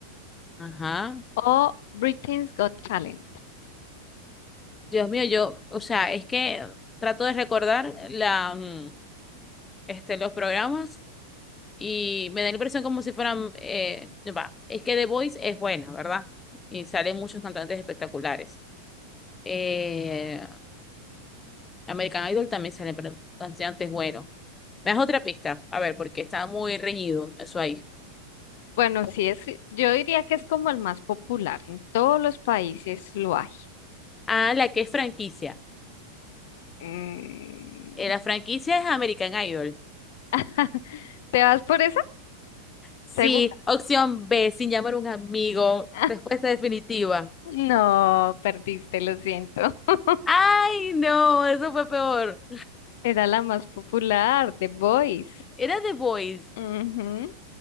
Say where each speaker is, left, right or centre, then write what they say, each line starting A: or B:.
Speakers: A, on the left; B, on the left.
A: ajá.
B: o Britain's Got Talent.
A: Dios mío, yo, o sea, es que trato de recordar la, mm, este, los programas y me da la impresión como si fueran, eh, va, es que The Voice es buena, ¿verdad? Y salen muchos cantantes espectaculares. Eh, American Idol también salen pero cantantes buenos. Me das otra pista, a ver, porque está muy reñido eso ahí.
B: Bueno, sí es, yo diría que es como el más popular. En todos los países lo hay.
A: Ah, la que es franquicia.
B: Mm,
A: Eh, la franquicia es American Idol.
B: <laughs> ¿Te vas por esa?
A: Sí,
B: ¿Segura?
A: opción B, sin llamar a un amigo.
B: <laughs>
A: Respuesta definitiva.
B: No, perdiste, lo siento. <laughs>
A: Ay, no, eso fue peor.
B: Era la más popular, The Voice.
A: Era The Voice.
B: Ujú.